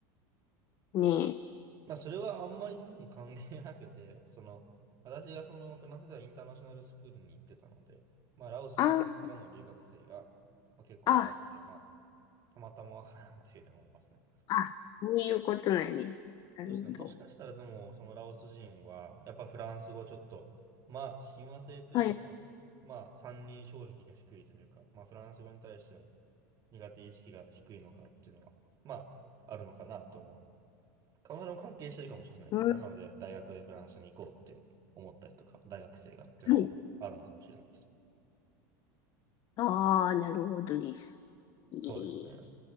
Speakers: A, on the left (about 45°); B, on the right (about 40°).
A: ねえ。
B: まあ、それはあんまり多分関係なくて、<laughs> その、私がそのフランスではインターナショナルスクールに行ってたので、まあ、ラオスのからの留学生が、
A: ああ、
B: まあ、結構いたっていう、
A: あ、
B: まあ、たまたまかなっていうふうに思いますね。
A: あ、そういうことなんです。なるほど。
B: そうですね。もしかしたらでも、そのラオス人は、やっぱフランス語ちょっと、まあ、親和性というか、
A: はい。
B: まあ、三人障壁が低いというか、まあ、フランス語に対しての苦手意識が低いのかっていうのは、まあ、あるのかなと思う。彼女も関係してるかもしれないですね。
A: うん、
B: なので、大学でフランスに行こうって思ったりとか、大学生がっていうのはあるのかもしれないです。
A: はい。ああ、なるほどです。ええ
B: そうですね。